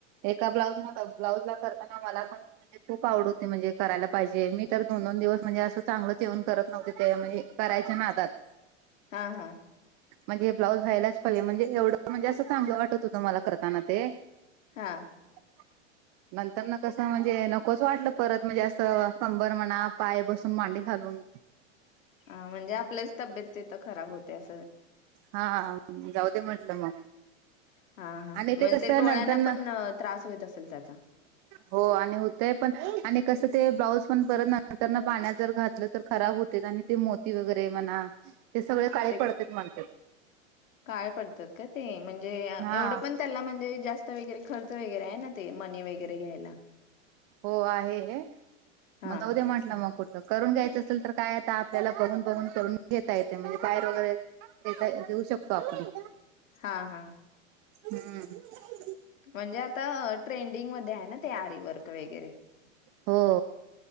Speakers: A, on the right; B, on the left.
A: एका ब्लाऊज न ब्लाऊजला करताना मला पण खूप आवड होते म्हणजे करायला पाहिजे मी तर दोन -दोन दिवस म्हणजे असं चांगलं ठेवन करत नव्हती ते म्हणजे करायच्या नादात.
B: हा हा.
A: म्हणजे हे ब्लाऊज व्हायलाच पाहिजे म्हणजे एवढं म्हणजे असं चांगल वाटत होतं मला करताना. ते.
B: हा.
A: <inaudible> नंतर ना कसं म्हणजे नकोच वाटलं परत म्हणजे असं कंबर म्हणा, पाय बसून मांडी घालून
B: हा म्हणजे आपल्याच तब्येत तीथं खराब होते. असं
A: हा, जाऊदे म्हटलं मग.
B: हा हा,
A: आणि
B: म्हणजे
A: ते कसं
B: तरी डोळ्यांना
A: नंतर ना
B: पण त्रास होईत असेल त्याचा.
A: हो आणि होतय पण आणि कस ते ब्लाऊज पण परत नंतर पाण्यात जर घातलं तर खराब होते आणि ते मोती वगैरे म्हणा, ते सगळे काळे
B: ते
A: पडत म्हणतात.
B: काळे पडतात का ते म्हणजे
A: हा
B: एवढं पण त्याला म्हणजे जास्त वगैरे खर्च वगैरे आहे ना ते मनी वगैरे घ्यायला.
A: हो आहे.
B: हा
A: मग उद्या म्हटलं मग कुठे करून घ्यायचं असेल तर काय आता आपल्याला बघून बघून करून घेता येते, म्हणजे बाहेर वगैरे देता देऊ शकतो आपण. <inaudible>
B: हा हा,,
A: हम्म <inaudible>
B: म्हणजे आता अ ट्रेंडिंग मध्ये आहे ना ते आरी वर्क वगैरे
A: हो.